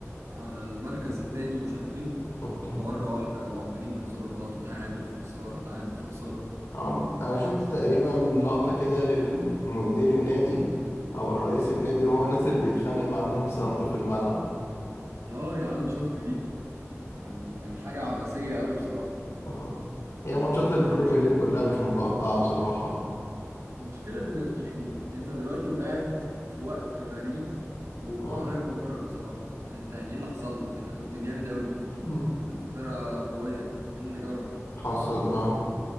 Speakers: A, on the right; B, on the left.
A: على المركز التاني ومش عارف ايه
B: اوكي
A: مرة واحدة بقوا عمالين يخسروا نقط وتعادل في خسارة تعادل في خسارة
B: آه، انا شفت تقريبا لقطه كده للمدير النادي او رئيس النادي وهو <laughs> نازل بيتخانق مع نونو سانتو في الملعب
A: اه يا عم شفت دي يعني كان حاجة عبثية قوي بصراحة
B: اه هي ماتشات البريمير
A: بس المشكلة
B: ليج كلها مش متوقعه بصراحه
A: المشكلة إن يعني أنت دلوقتي وقعت في وقت غريب ووقوع
B: اه
A: غير مبرر بصراحة أنت يعني إيه اللي حصل لك؟ أنت كنت جامد أوي
B: <laughs>
A: كنت فرقة قوية إيه اللي جرى؟
B: حصل اه